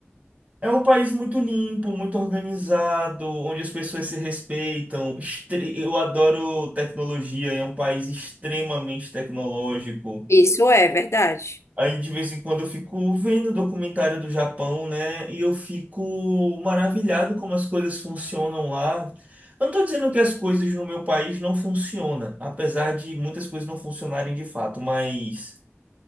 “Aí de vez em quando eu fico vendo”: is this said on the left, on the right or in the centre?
Right